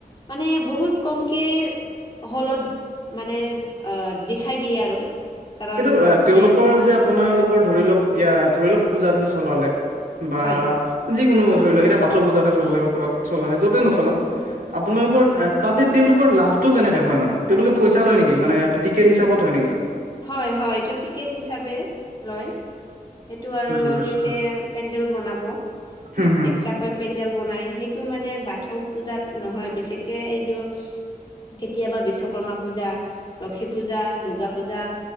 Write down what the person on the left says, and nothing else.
মানে বহুত কমকে হলত মানে অ', দেখাই দিয়ে আৰু। কাৰণ
অসমীয়া
চিনেমা
হয়
হয়
হয় হয়, এইটো টিকেট হিচাপে লয়। সেইটো আৰু
সিহতে পেডেল বনাব,
এক্সা পেণ্ডেল বনাই সেইটো মানে বাথৌ পূজাত নহয় বিশেষকে এইটো কেতিয়াবা বিশ্বকৰ্মা পূজা, লক্ষী পূজা, দূৰ্গা পূজা